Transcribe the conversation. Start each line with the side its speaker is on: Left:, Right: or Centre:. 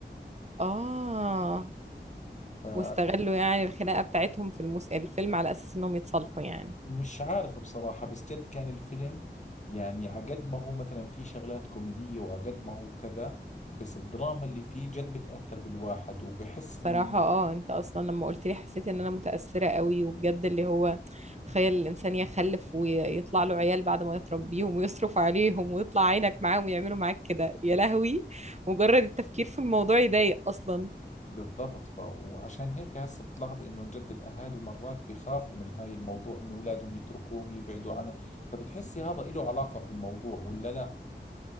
Right: اه
Left: علي
Right: واستغلوا يعني الخناقه بتاعتهم في المس... الفيلم على اساس انهم يتصالحوا يعني
Left: مش عارف بصراحة بس جد كان الفيلم يعني عقد ما هو مثلا فيه شغلات كوميدية وعقد ما هو كذا بس الدراما اللي فيه جد بتأثر بالواحد وبحس
Right: صراحة
Left: إنه
Right: اه انت اصلا لما قلت لي حسيت ان انا متأثرة قوي وبجد اللي هو تخيل الانسان يخلف ويطلع له عيال بعد ما يتربيهم ويصرف عليهم ويطلع عينك معاهم ويعملوا معاك كده يا لهوي مجرد التفكير في الموضوع يضايق اصلا
Left: بالضبط ف... وعشان هيك هسه بتلاحظي إنه جد الأهالي مرات بيخافوا من هاي الموضوع إنه أولادهم يتركوهم يبعدوا عنه فبتحسي هذا إله علاقة في الموضوع ولا لا